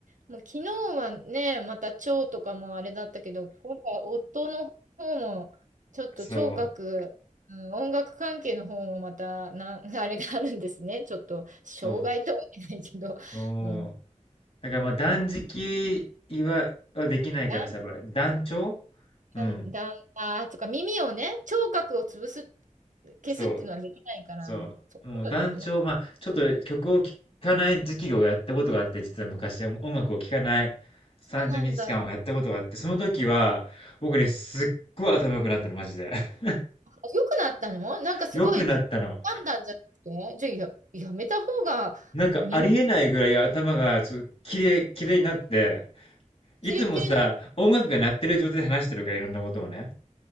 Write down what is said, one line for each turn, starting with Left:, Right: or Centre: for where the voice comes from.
Right: もう昨日はね、また腸とかもあれだったけど、今回夫の方も、ちょっと聴覚、
Left: そう、
Right: うん、音楽関係の方もまたなん、<laughs> あれがあるんですね。ちょっと、障害とは言えないけど、
Left: そう、そう。
Right: うん、
Left: だからまあ断食は、はできないからさ、
Right: だん、
Left: やっぱ断腸うん。
Right: だん、だんあーとか耳をね、聴覚を潰す、消すっていうのはできないから、
Left: そう。そう。
Right: そういうことはできない。
Left: もう団長、まあ、ちょっと曲を聴かない時期をやったことがあって、実は昔、音楽を聴かない30日間をやったことがあって、
Right: そうなんだ。
Left: その時は、僕ね、すっごい頭良くなったの、マジで。<laughs>
Right: あ良くなったのなんかすごい、
Left: 良くなったの。
Right: 判断じゃなくて、じゃあや、やめた方が耳
Left: なんかありえないぐらい頭がちょっときれい、きれいになって、いつもさ、
Right: キレッキレの、
Left: 音楽が鳴ってる状態で話してるから、いろんなことをね。